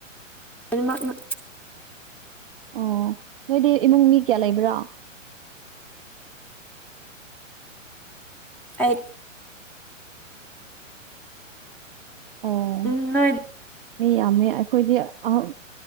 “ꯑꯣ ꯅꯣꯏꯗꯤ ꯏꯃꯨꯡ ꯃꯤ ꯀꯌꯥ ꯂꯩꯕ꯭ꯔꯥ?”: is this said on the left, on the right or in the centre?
Right